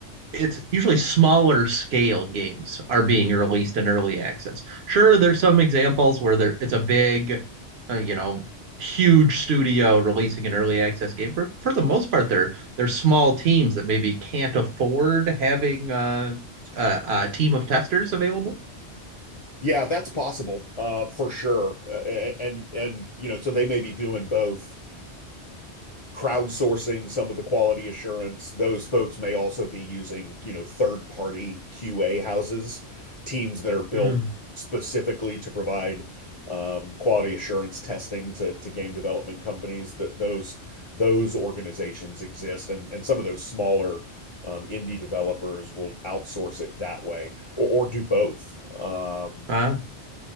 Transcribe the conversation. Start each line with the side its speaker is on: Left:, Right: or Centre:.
Right: it's usually smaller scale games are being released in early access. Sure, there's some examples where there it's a big, uh, you know, huge studio releasing an early access game. For for the most part, they're they're small teams that maybe can't afford having uh, a, a team of testers available.
Left: Yeah, that's possible, uh, for sure. Uh, and and you know, so they may be doing both crowdsourcing some of the quality assurance. Those folks may also be using, you know, third-party QA houses, teams that are built
Right: Mm.
Left: specifically to provide um, quality assurance testing to to game development companies. That those those organizations exist, and and some of those smaller um, indie developers will outsource it that way or, or do both. Um,
Right: Uh,